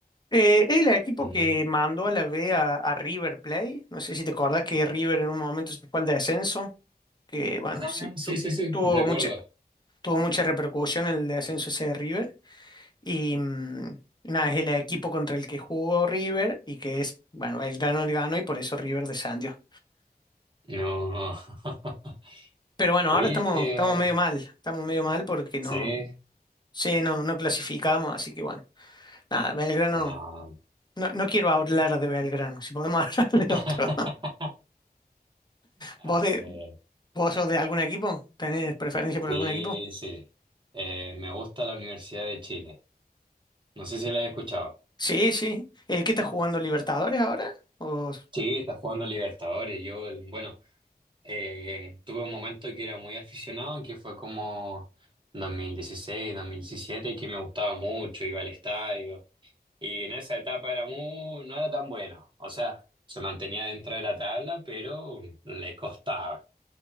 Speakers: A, on the left; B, on the right.
A: eh, el equipo
B: Mm.
A: que mandó a la B a, a River Plate, no sé si te acordás que River en un momento se fue al descenso, que bueno,
B: Ah,
A: sí,
B: sí,
A: tu-
B: sí, sí,
A: tuvo
B: recuerdo.
A: mucha, tuvo mucha repercusión el descenso ese de River. Y mm, nada, es el equipo contra el que jugó River y que es, bueno, Belgrano le ganó y por eso River descendió.
B: No. <laughs>
A: Pero bueno,
B: Oye,
A: ahora estamos,
B: eh,
A: estamos medio mal, estamos medio mal porque no,
B: sí,
A: sí, no, no clasificamos, así que bueno. Ah, Belgrano.
B: no.
A: No, no quiero hablar de Belgrano. Si podemos <laughs> hablar de
B: <laughs>
A: otro.
B: Ah,
A: ¿Vos, de,
B: eh,
A: vos sos de algún equipo? ¿Tenés preferencia
B: sí,
A: por algún equipo?
B: sí. Eh, me gusta la Universidad de Chile. No sé si la he escuchado.
A: Sí, sí. Eh, ¿qué está jugando Libertadores ahora? ¿O-
B: Sí, está jugando Libertadores. Yo, el- bueno, eh, tuve un momento que era muy aficionado, que fue como 2016, 2017, que me gustaba mucho, iba al estadio. Y en esa etapa era muy, no era tan bueno. O sea, se mantenía dentro de la tabla, pero le costaba.